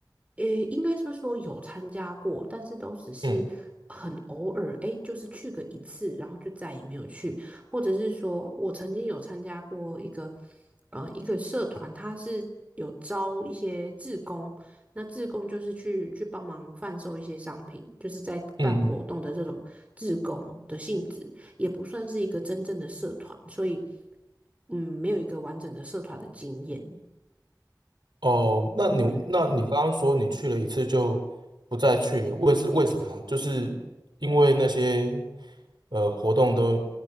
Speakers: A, on the right; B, on the right.
A: 诶，应该说说有参加过，但是都只是很偶尔，
B: 嗯
A: 哎，就是去个一次，然后就再也没有去，或者是说我曾经有参加过一个，呃，一个社团，它是有招一些志工，那志工就是去去帮忙贩售一些商品，就是在办活动的这种志工的性质，
B: 嗯嗯。
A: 也不算是一个真正的社团，所以，嗯，没有一个完整的社团的经验，
B: 哦，那你那你刚刚说你去了一次就不再去了，
A: 嗯。
B: 为是为什么？就是因为那些呃活动都